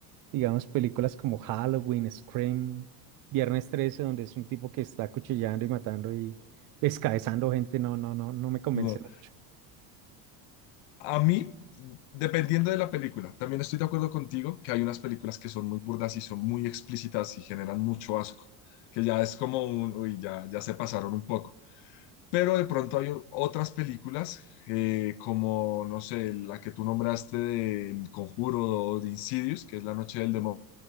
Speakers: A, on the right; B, on the left.
A: digamos, películas como Halloween, Scream, Viernes 13, donde es un tipo que está acuchillando y matando y descabezando gente, no, no, no, no me convence
B: No.
A: mucho.
B: A mí, dependiendo de la película, también estoy de acuerdo contigo que hay unas películas que son muy burdas y son muy explícitas y generan mucho asco, que ya es como un, uy, ya, ya se pasaron un poco. Pero de pronto hay otras películas eh, como, no sé, la que tú nombraste de El Conjuro o de Insidious, que es La Noche del Demonio